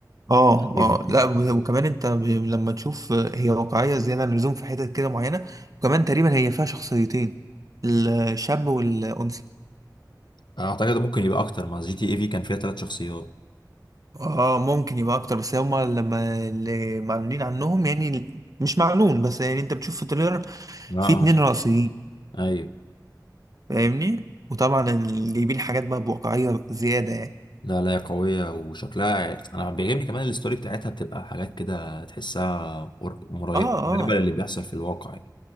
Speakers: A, on the right; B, on the left.
A: اه
B: اي
A: اه
B: في كده.
A: لا و- وكمان انت ب- لما تشوف هي واقعيه زياده عن اللزوم في حتت كده معينه وكمان تقريبا هي فيها شخصيتين الشاب والانثى
B: انا اعتقد ممكن يبقى اكتر ما جي تي اي في كان فيها ثلاث شخصيات
A: اه ممكن يبقى اكتر بس هما لما اللي معلونين عنهم يعني مش معلون بس يعني انت بتشوف في التريلر
B: اه
A: في اتنين رئيسيين
B: ايوه
A: فاهمني وطبعا اللي جايبين حاجات بقى بواقعية زيادة يعني
B: لا لا هي قوية وشكلها انا بيعجبني كمان الستوري بتاعتها بتبقى حاجات كده تحسها قر- مري-
A: اه
B: قريبة
A: اه
B: للي بيحصل في الواقع يعني